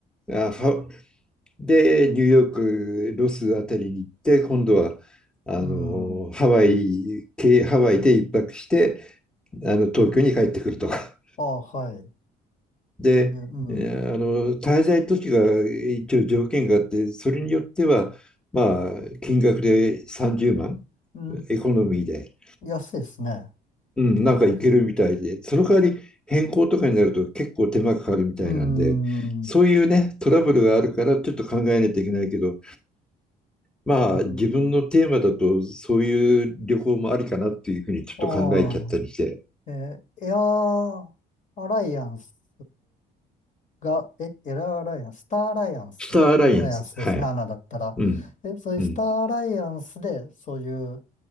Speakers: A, in the centre; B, on the left (about 45°).
A: あハで、ニューヨーク、ロスあたりに行って、今度はあのハワイ、
B: うん、
A: けハワイで一泊して、あの東京に帰ってくるとか。<laughs>
B: ああ、はい、
A: で、
B: そういう、うん、
A: えーあの滞在都市が一応条件があって、それによっては、まあ、金額で30万、
B: うん、
A: エコノミーで、
B: 安いですね、
A: うん、
B: 今だとね。
A: なんかいけるみたいで、その代わり変更とかになると結構手間かかるみたいなんで、
B: うん、
A: そういうね、
B: う
A: トラブルがあるからちょっと考えないといけないけど、まあ、
B: ん、
A: 自分のテーマだと、そういう旅行もありかなっていうふうにちょっと考えちゃったりして。
B: ああ、ええ、エアアライアンスが、え、エアアライアンス、スターアライアンス、
A: スターアライアンス。
B: エアアライアンスですね、
A: はい。
B: アナだったら。
A: うん。
B: え、そういうスターアライアンスで、
A: うん。
B: そういう